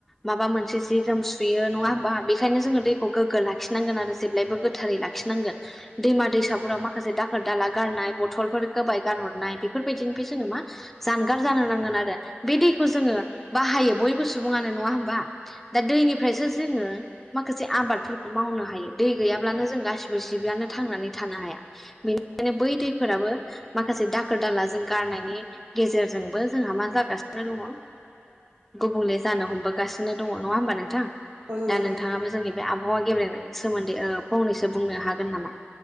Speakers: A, in the centre; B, on the right.
A: माबा मोनसे जि जोम सुयो नङा होमबा बेनिखायनो जोङो दैखौ गोग्गो लाखिनांगोन आरो जेब्लायबो गोथारै लाखि लाखिनांगोन दैमा दैसाफोराव माखासे दाखोर दाला गारनाय बथलफोर होबबाय गारहरनाय बेफोरबायदिनिफ्राय जोङो मा जानगार जानो नांगोन आरो बे दैखौ जोङो बाहायो बयबो सुबुङानो नङा होमबा दा दैनिफ्रायसो जोङो माखासे आबादफोरखौ मावनो हायो दै गैयाब्लानो जों गासिबो जिब्लानो थांनानै थानो हाया बेनिखायनो बै दैफोराबो माखासे दाखोर दाला जों गारनायनि गेजेरजोंबो जोंहा मा जागासिनो दङ गुबुंले जानो हमबोगासिनो दङ नङा होमबा नोंथां
B: औ नंगौ
A: दा
B: नोंथां
A: नोंथाङाबो जोंनि बे आबहावा गेबलेनायनि सोमोन्दै फंनैसो बुंनो हागोन नामा